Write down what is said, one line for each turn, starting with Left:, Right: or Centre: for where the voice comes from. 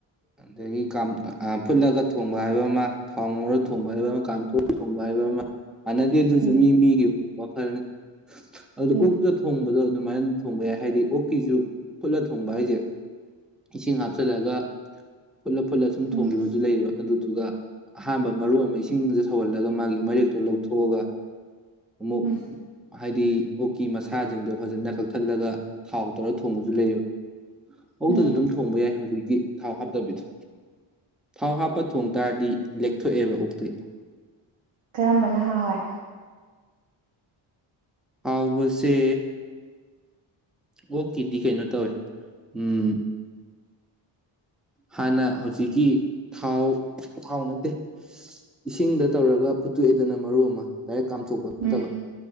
Centre: ꯑꯗꯒꯤ ꯀꯥꯝ ꯑ ꯐꯨꯠꯂꯒ ꯊꯣꯡꯕ ꯍꯥꯏꯕ ꯑꯃ ꯊꯥꯎ ꯉꯧꯔ ꯊꯣꯡꯕ ꯍꯥꯏꯕ ꯑꯃ ꯀꯥꯝꯊꯣꯛꯑ ꯊꯣꯡꯕ ꯍꯥꯏꯕ ꯑꯃ ꯃꯥꯟꯅꯗꯦ ꯑꯗꯨꯖꯨ
Right: ꯎꯝ
Centre: ꯃꯤ ꯃꯤꯒꯤ ꯋꯥꯈꯜꯅꯤ ꯑꯗ
Right: ꯎꯝ
Centre: ꯑꯣꯛꯇ ꯊꯣꯡꯕꯗꯣ ꯑꯗꯨꯃꯥꯏꯅ ꯊꯣꯡꯕ ꯌꯥꯏ ꯍꯥꯏꯗꯤ ꯑꯣꯛꯀꯤꯁꯨ ꯐꯨꯠꯂ ꯊꯣꯡꯕ ꯍꯥꯏꯖꯦ ꯏꯁꯤꯡ ꯍꯥꯞꯆꯜꯂꯒ ꯐꯨꯠꯂ ꯐꯨꯠꯂ ꯁꯨꯝ
Right: ꯎꯝ
Centre: ꯊꯣꯡꯒꯤꯕꯁꯨ ꯂꯩꯌꯦꯕ ꯑꯗꯨꯗꯨꯒ ꯑꯍꯥꯟꯕ ꯃꯔꯣꯟ ꯑꯃ ꯏꯁꯤꯡꯁꯦ ꯁꯧꯍꯜꯂꯒ ꯃꯥꯒꯤ ꯃꯔꯦꯛꯇꯣ ꯂꯧꯊꯣꯛꯑꯒ ꯑꯃꯨꯛ
Right: ꯎꯝ
Centre: ꯍꯥꯏꯗꯤ ꯑꯣꯛꯀꯤ ꯃꯁꯥꯖꯤꯡꯗꯣ ꯐꯖꯅ ꯀꯛꯊꯠꯂꯒ ꯊꯥꯎ ꯇꯧꯔ ꯊꯣꯡꯕꯖꯨ ꯂꯩꯌꯦꯕ ꯑꯣꯛꯇꯖꯨ
Right: ꯎꯝ
Centre: ꯑꯗꯨꯝ ꯊꯣꯡꯕ ꯌꯥꯏ ꯍꯧꯖꯤꯛꯀꯤ ꯊꯥꯎ ꯍꯥꯞꯇꯕꯤꯗꯣ ꯊꯥꯎ ꯍꯥꯞꯄ ꯊꯣꯡ ꯇꯥꯔꯗꯤ ꯂꯦꯛꯊꯣꯛꯑꯦꯕ ꯑꯣꯛꯇꯤ
Right: ꯀꯔꯝꯕꯅ ꯍꯥꯎꯋꯦ
Centre: ꯍꯥꯎꯕꯁꯦ ꯑꯣꯛꯀꯤꯗꯤ ꯀꯩꯅꯣ ꯇꯧꯋꯦ ꯎꯝ ꯍꯥꯟꯅ ꯍꯧꯖꯤꯛꯀꯤ ꯊꯥꯎ ꯊꯥꯎ ꯅꯠꯇꯦ ꯏꯁꯤꯡꯗ ꯇꯧꯔꯒ ꯐꯨꯠꯇꯣꯛꯑꯦꯗꯅ ꯃꯔꯨ ꯑꯃ ꯗꯥꯏꯔꯦꯛ ꯀꯥꯝꯊꯣꯛꯄ ꯅꯠꯇꯕ
Right: ꯎꯝ